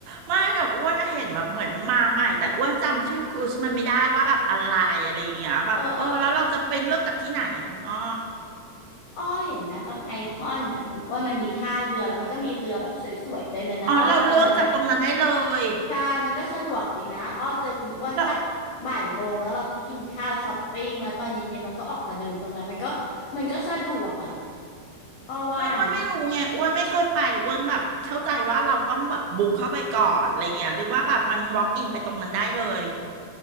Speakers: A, on the right; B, on the left.
A: ไม่แต่อ้วนอะเห็นแบบเหมือนมาใหม่แต่อ้วนจำชื่อครูสมันไม่ได้ว่าแบบอะไรอะไรอย่างเงี้ยแบบเออแล้วเราจะไปเลือกจากที่ไหนอะคุณอ้อ
B: เอออ้อาก็อ้อเห็นนะตรงไอคอนน่ะคุณว่ามันมีท่าเรือแล้วมันก็มีเรือแบบสวยๆเต็มเลยนะอ้อว่าตรงนั้นน่ะ
A: อ๋อเราเลือกจากตรงนั้นได้เลย
B: ใช่มันก็สะดวกดีนะอ้อเจอคุณอ้วนสัก
A: เรา
B: บ่ายโมงแล้วเราก็กินข้าวช้อปปิ้งแล้วตอนเย็นๆเราก็ออกมาเดินตรงนั้นมันก็มันก็สะดวกอ่ะอ้อว่านะ
A: ไม่อ้วนไม่รู้ไงอ้วนไม่เคยไปอ้วนแบบเข้าใจว่าเราต้องแบบบุ๊กเข้าไปก่อนอะไรเงี้ยหรือว่าแบบมันบล็อกอินไปตรงนั้นได้เลย